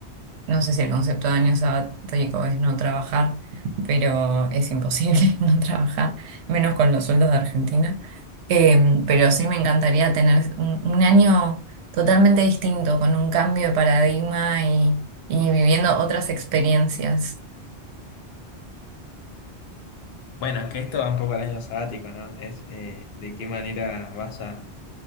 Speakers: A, on the right; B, on the left.
A: no sé si el concepto de año sabático es no trabajar, pero es imposible <laughs> no trabajar, menos con los sueldos de Argentina. Eh, pero sí me encantaría tener un, un año totalmente distinto, con un cambio de paradigma y, y viviendo otras experiencias.
B: Bueno, que esto va un poco al año sabático, ¿no? Es eh, de qué manera vas a